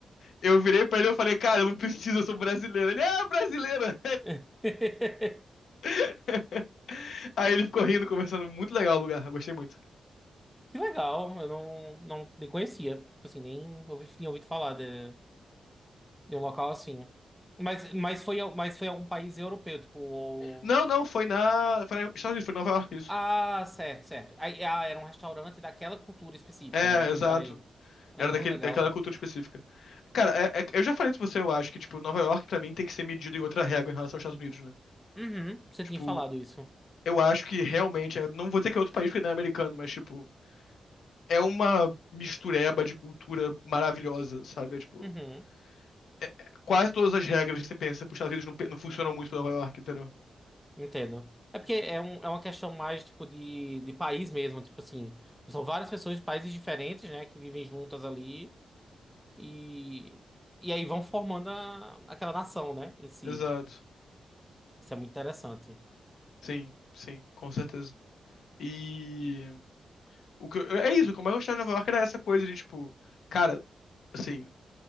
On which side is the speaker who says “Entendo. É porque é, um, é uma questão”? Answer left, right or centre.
Centre